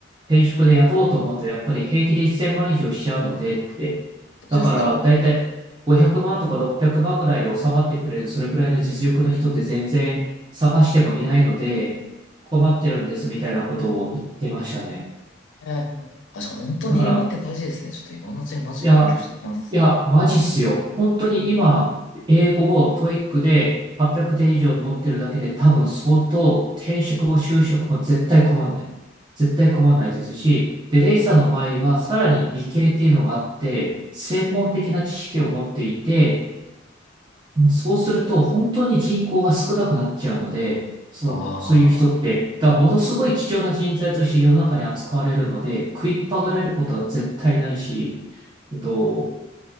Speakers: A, on the right (about 25°); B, on the left (about 80°).
A: 転職で雇おうと思うと、やっぱり平気で1000万以上しちゃうのでって。
B: そうですか。
A: だから、だいたい500万とか600万ぐらいで収まってくれる、それぐらいの実力の人って全然探してもいないので、困ってるんですみたいなことを言ってましたね。
B: ええ。あ、じゃあ本当に英語って大事ですね。
A: だから、
B: ちょっと今のうちにマジで勉強してきます。
A: いや、いや、マジっすよ。本当に今、英語を TOEIC で800点以上持ってるだけで多分相当転職も就職も絶対困んない。絶対困んないですし、で、レイさんの場合はさらに理系っていうのがあって、専門的な知識を持っていて、そうすると、本当に人口が少なくなっちゃうので、その、
B: ああ、
A: そういう人って、がものすごい貴重な人材として世の中に扱われるので、食いっぱぐられることは絶対ないし、えっと、